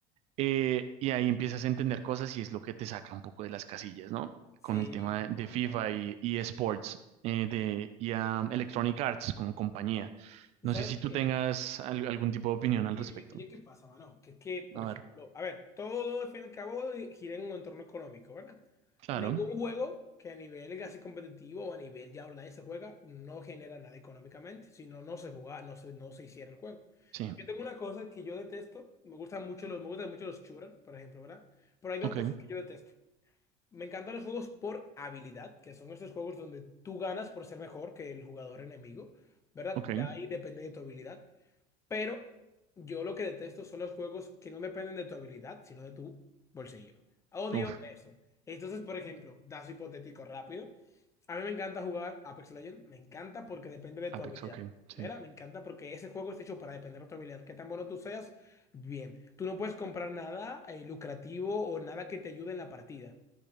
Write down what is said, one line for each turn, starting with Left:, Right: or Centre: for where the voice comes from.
Right: eh, y ahí empiezas a entender cosas y es lo que te saca un poco de las casillas, ¿no?
Left: Sí,
Right: Con el tema
Left: mi hermano.
Right: de, de FIFA y, y esports, eh, de, y a Electronic Arts como compañía.
Left: ¿Tú
Right: No
Left: sabes
Right: sé si tú
Left: qué?
Right: tengas al- algún tipo de opinión al
Left: Oye,
Right: respecto.
Left: oye, oye, ¿qué pasa, mano? Que es que, por
Right: A
Left: ejemplo,
Right: ver,
Left: a ver, todo al fin y al cabo gira en un entorno económico, ¿verdad?
Right: claro,
Left: Ningún juego que a nivel casi competitivo o a nivel ya online se juega no genera nada económicamente, si no, no se juega, no se, no se hiciera el juego.
Right: sí,
Left: Yo tengo una cosa que yo detesto, me gustan mucho los, me gustan mucho los shooters, por ejemplo, ¿verdad? Pero hay dos
Right: ok,
Left: cosas que yo detesto. Me encantan los juegos por habilidad, que son estos juegos donde tú ganas por ser mejor que el jugador enemigo, ¿verdad?
Right: ok.
Left: Ya ahí depende de tu habilidad. Pero yo lo que detesto son los juegos que no dependen de tu habilidad, sino de tu bolsillo. Odio
Right: Uf,
Left: eso. Entonces, por ejemplo, dato hipotético rápido. A mí me encanta jugar Apex Legends, me encanta porque depende de tu
Right: Apex,
Left: habilidad.
Right: ok, sí.
Left: ¿Verdad? Me encanta porque ese juego está hecho para depender de tu habilidad. Qué tan bueno tú seas, bien. Tú no puedes comprar nada eh, lucrativo o nada que te ayude en la partida.